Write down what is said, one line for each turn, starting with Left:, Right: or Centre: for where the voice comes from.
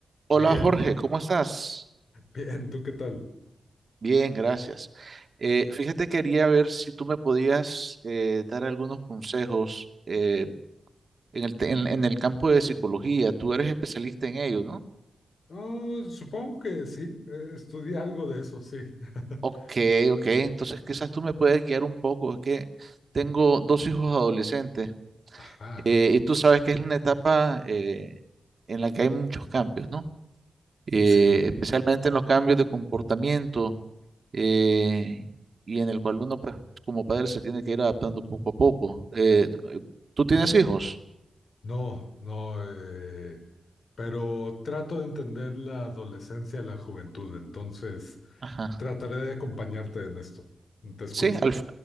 Right: Hola
Left: Miguel,
Right: Jorge, ¿cómo estás?
Left: bien, ¿tú qué tal?
Right: Bien, gracias. Eh, fíjate, quería ver si tú me podías eh, dar algunos consejos eh, en el, te- en, en el campo de psicología. Tú eres especialista en ello, ¿no?
Left: Ah, supongo que sí, eh, estudié algo de eso, sí. <laughs>
Right: Ok, ok. Entonces quizás tú me puedes guiar un poco. Es que tengo dos hijos adolescentes
Left: Ajá,
Right: eh, y tú sabes que es una etapa eh, en la que hay muchos cambios, ¿no? Eh,
Left: sí,
Right: especialmente en los cambios de comportamiento eh, y en el cual uno, pues, como padre, se tiene que ir adaptando poco a poco. Eh, ¿tú tienes hijos?
Left: no, no, eh, pero trato de entender la adolescencia y la juventud, entonces
Right: Ajá.
Left: trataré de acompañarte en esto. Te escucho.
Right: Sí, al, f-